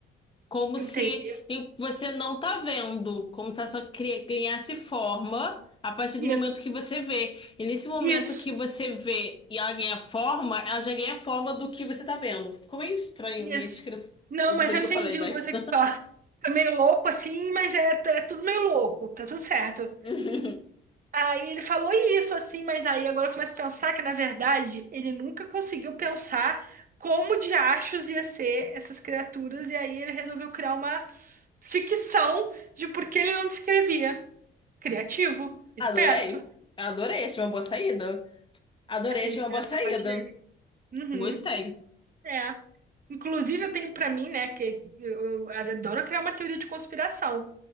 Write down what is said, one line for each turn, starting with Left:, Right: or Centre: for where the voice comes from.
Left: Como
Right: Entende?
Left: se e você não tá vendo, como se ela só cri- ganhasse forma a partir
Right: Isso,
Left: do momento que você vê. E nesse momento
Right: isso,
Left: que você vê e ela ganha forma, ela já ganha forma do que você tá vendo. Ficou meio estranho
Right: isso.
Left: minha descrição,
Right: Não,
Left: do
Right: mas
Left: jeito
Right: eu
Left: que
Right: entendi
Left: eu falei, mas.
Right: o que você quis falar. <laughs> Tá meio louco assim, mas é, é tudo meio louco, tá tudo certo.
Left: <laughs>
Right: Aí ele falou isso assim, mas aí agora eu começo a pensar que na verdade ele nunca conseguiu pensar como de achos ia ser essas criaturas, e aí ele resolveu criar uma ficção de por que ele não descrevia. Criativo, esperto.
Left: Adorei. Adorei, achei uma boa saída. Adorei,
Right: Achei
Left: achei
Right: esperto
Left: uma boa saída.
Right: da parte dele. Uhum,
Left: Gostei.
Right: é. Inclusive, eu tenho pra mim, né, que eu eu adoro criar uma teoria de conspiração,